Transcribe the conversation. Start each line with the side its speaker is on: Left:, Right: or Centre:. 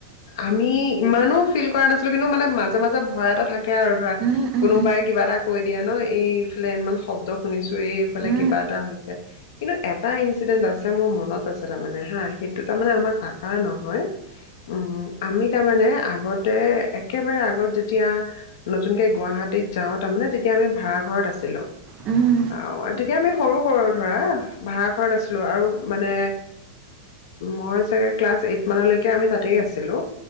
Left: আমি ইমানো ফিল কৰা নাছিলো, কিন্তু মানে মাজে মাজে ভয় এটা থাকে আৰু ধৰা-
Right: উম উম
Left: কোনোবাই
Right: উম উম
Left: কিবা এটা কৈ দিয়া ন, এইফালে ইমান শব্দ শুনিছোঁ। এই ফালে
Right: উম উম উম উম উম উম উম উম উম উম
Left: কিবা এটা হৈছে, কিন্তু এটা ইনঞ্চিডেন্ট আছে মোৰ মনত আছে তাৰমানে হাঁ। সেইটো তাৰমানে আমাৰ কাকাৰ নহয়। উম, - আমি তাৰমানে আগতে, একেবাৰে আগত যেতিয়া নতুনকৈ গুৱাহাটী- ত যাওঁ তাৰমানে, তেতিয়া আমি ভাড়া ঘৰত আছিলোঁ।
Right: উম।
Left: অঁ, তেতিয়া আমি সৰু সৰু আৰু ধৰা ভাড়া ঘৰত আছোঁ। লোৱা আৰু মানে মই চাগে ক্লাছ এইট মানলৈকে আমি তাতেই আছিলোঁ।